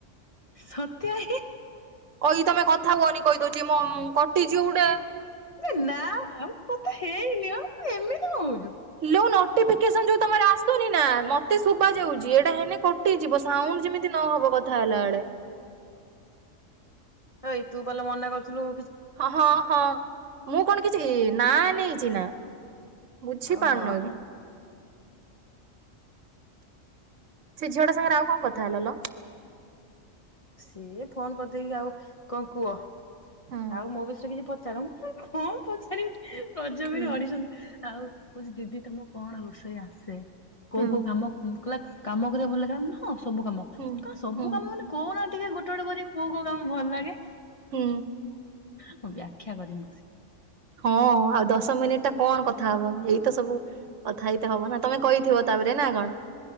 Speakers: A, on the left; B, on the right.
A: ସତ୍ୟ ହେ?
B: କଇ ତମେ କଥା ହୁଅନି କହିଦଉଛି ମୋ ମ୍ କଟିଯିବ ଗୁଟେ
A: ଦି ନା ମୁଁ କଥା ହେଇନି ବା ତୁ ଏମି ତି କଁ ହଉଛୁ?
B: ଲୋ ନୋଟିଫିକେସନ୍ ଯୋଉ ତମର ଆସୁନି ନା ମତେ ଶୁଭା ଯାଉଛି ଏଟା ହେଲେ କଟିଯିବ ସାଉଣ୍ଡ ଯେମିତି ନ ହବ କଥା ହେଲା ବେଳେ।
A: ହେଇ ତୁ ପାଲୋ ମନା କରୁଥିଲୁ
B: ହଁ ହଁ ମୁଁ କଣ କିଛି ନା ନେଇଚି ନା? ବୁଝିପାରୁନ
A: ଓହୋ
B: କି? ସେ ଝିଅ ଟା ସାଙ୍ଗରେ ଆଉ କଣ କଥା ହେଲ ଲୋ।
A: ସିଏ ଫୋନ କରିଦେଇକି ଆଉ କଣ କୁହ।
B: ହୁଁ
A: ଆଉ ମୋ ବିଷୟରେ କିଛି ପ <unintelligible> କଣ ପଚାରିବି। ରଜ
B: ହୁଁ
A: କୁଇନ୍ ଅଡିସନ୍ ରେ ଆଉ କହୁଚି ଦିଦି ତମ କଣ ରୋଷେଇ ଆସେ? କୋଉ
B: ହୁଁ
A: କୋଉ କାମ କଲା କାମ କରିଆକୁ ଭଲ ଲାଗିଲାନା ମୁଁ କହିଲି ହଁ। ସବୁ କାମ
B: ହୁଁ
A: କା ସବୁ
B: ହୁଁ
A: କାମ ମାନେ କଣ ଟିକେ ଗୋଟେ ଗୋଟେ କରିକି କୋଉ କୋଉ କାମ ଭଲ ଲାଗେ?
B: ହୁଁ।
A: ମୁଁ ବ୍ୟାଖ୍ୟା କରିମି ବସିକି।
B: ହଁ ଆଉ ଦଶ ମିନିଟ୍ କଣ କଥା ହବ ଏଇତ ସବୁ କଥା ହେଇତ ହବ ନା ତମେ କହିଥିବ ତାପରେ ନା କଣ?